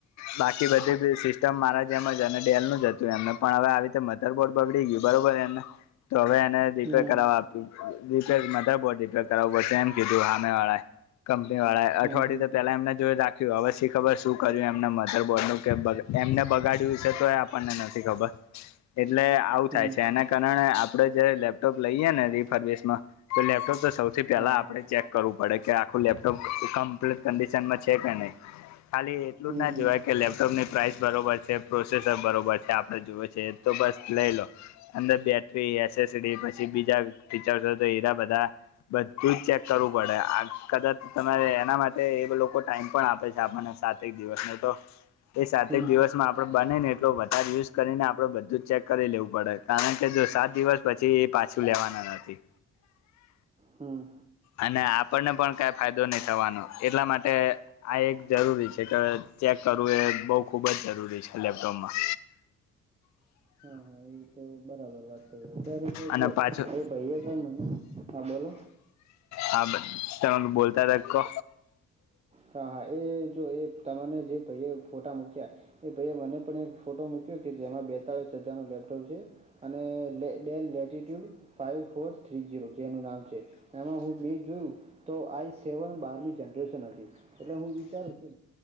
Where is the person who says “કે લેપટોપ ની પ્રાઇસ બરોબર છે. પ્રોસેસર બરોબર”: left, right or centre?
Left